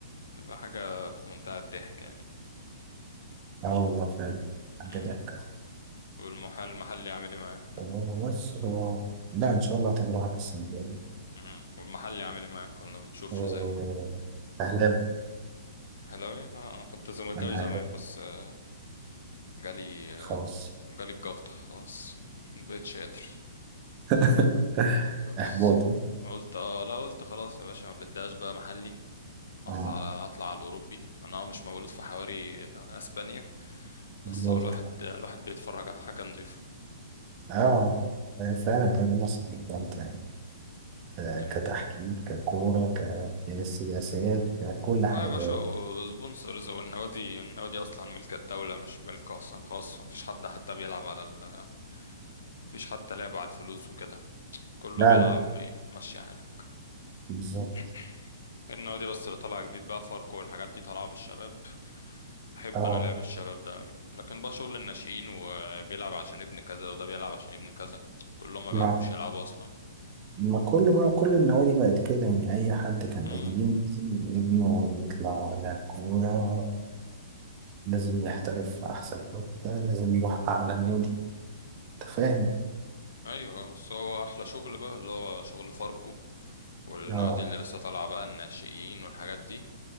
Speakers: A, on the left; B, on the right.
A: يبقى حاجة في منتهى الضحك يعني
B: أه والله فعلا حاجة
A: مم.
B: ضحكة
A: والمحل المحلي عامل ايه معاك
B: والله بس هو لا إن شاء الله هتعملوا حاجة السنة الجاية
A: مم. والمحلي عامل ايه معاك ولا ما بتشوفش
B: آه،
A: زي
B: أهلاب
A: حلاوي اه انا كنت زملكاوي
B: أنا
A: زمان
B: أهلاب
A: بس آه، جالي آه،
B: خلاص
A: جالي الجلطة خلاص <laughs> مبقتش قادر
B: <laughs>
A: خلاص
B: إحباط
A: قلت اه لا قلت خلاص يا باشا ما بداش بقى محلي اطلع
B: أه
A: على اطلع على الاوروبي انا آه مش مولود في حواري آه، اسبانيا بس
B: بالظبط
A: هو الواحد الواحد بيتفرج على حاجه نظيفه
B: أه فعلا الدوري المصري جدا يعني آه،
A: كان
B: كتحكيم ككورة كسياسات ككل حاجة
A: اه يا باشا سبونسرز والنوادي النوادي اصلا ملك الدوله مش ملك اصلا خاص مفيش حد حتى بيلعب على ال... مفيش حتى لعب على الفلوس وكده كله
B: لا
A: بيلعب
B: لا
A: إيه، ماشي حالك
B: بالظبط
A: <clears throat> <coughs> النوادي بس اللي طالعه جديد بقى فاركو والحاجات دي طالعه بالشباب احب
B: أه
A: انا لعب الشباب ده أوي. لكن بقى شغل الناشئين وبيلعب عشان ابن كذا وده بيلعب عشان ابن كذا كلهم ما
B: ما
A: بيعرفوش يلعبوا اصلا
B: ما كل بقى كل النوادي بقت كده يعني أي حد كان
A: امم
B: قديم لازم ابنه يطلع على كورة لازم يحترف في أحسن حتة لازم يروح أعلى نادي أنت فاهم؟
A: ايوه آه، بس هو احلى شغل بقى اللي هو شغل فاركو والنوادي
B: آه
A: اللي لسه طالعه بقى الناشئين والحاجات دي